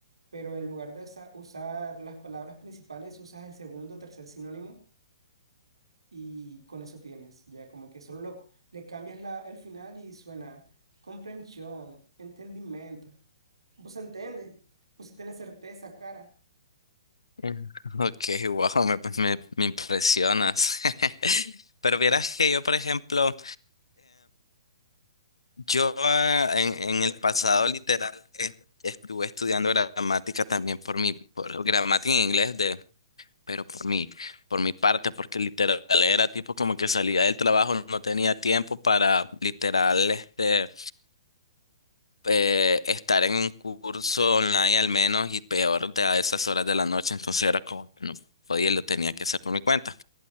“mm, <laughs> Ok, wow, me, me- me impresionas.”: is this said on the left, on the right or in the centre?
Left